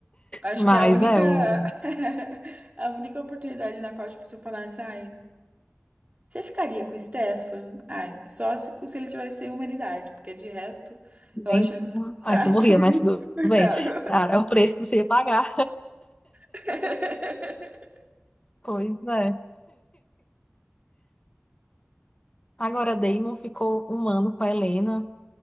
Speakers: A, on the right; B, on the left.
A: Acho
B: mas
A: que é a única.
B: é, o.
A: <laughs> A única oportunidade na qual, tipo, se eu falasse, ai, você ficaria com o Stefan? Ai, só se, se ele tivesse sem humanidade, porque de resto,
B: Nem...
A: eu acho ele muito
B: Ai,
A: chato,
B: você morria,
A: <laughs> muito
B: mas tudo
A: insuportável.
B: bem. Cara, é o preço que você ia pagar.
A: <laughs>
B: Pois é. Agora, Damon ficou um ano com a Helena.